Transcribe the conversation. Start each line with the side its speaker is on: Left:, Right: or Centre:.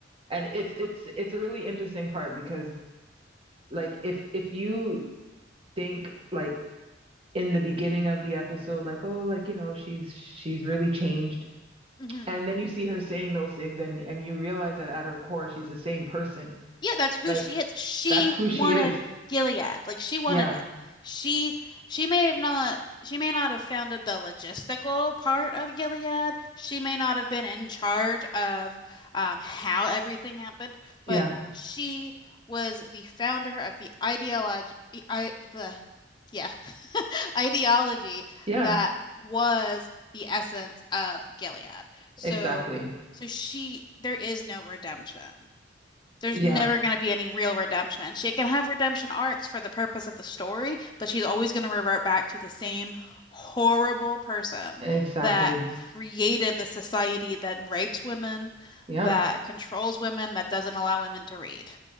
Right: And it's it's it's a really interesting part because like if if you think like in the beginning of the episode like oh like you know she's she's really changed
Left: Mhm.
Right: and then you see her saying those things and and you realize that at her core she's the same person
Left: yeah, that's who
Right: like
Left: she is. She
Right: that's who she
Left: wanted
Right: is
Left: Gilead. Like she wanted
Right: yeah
Left: it. She she may have not she may not have founded the logistical part of Gilead. She may not have been in charge of um, how everything happened,
Right: yeah
Left: but she was the founder of the ideology I the yeah <laughs> ideology
Right: yeah
Left: that was the essence of Gilead. So
Right: exactly
Left: so she there is no redemption. There's
Right: yeah
Left: never going to be any real redemption. She can have redemption arcs for the purpose of the story, but she's always going to revert back to the same horrible person
Right: exactly
Left: that created the society that rapes women,
Right: yeah
Left: that controls women, that doesn't allow women to read.